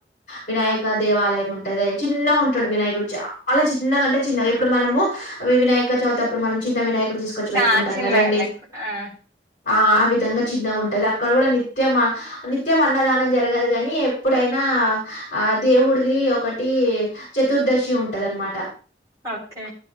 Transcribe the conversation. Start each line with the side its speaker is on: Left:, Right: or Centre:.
Left: వినాయక దేవాలయం ఉంటది చిన్నగా ఉంటాడు వినాయకుడు చాలా అలా చిన్నగా అంటే చిన్నగా ఇప్పుడు మనము వినాయక చవివుత అప్పుడు మనం చిన్న వినాయక ఇప్పుడు తీసుకొచ్చి పెట్టుకుంటాం
Right: ఆ చిన్నగ
Left: కదండి
Right: నాకు ఆ
Left: ఆ ఆ విధంగా చిన్నగా ఉంటుంది అక్కడ కూడా నిత్యం నిత్యం అన్నదానం జరగదు కాని ఎప్పుడైనా ఆ దేవుడిది ఒకటి చతుర్దశి ఉంటదినమాట
Right: ఓకే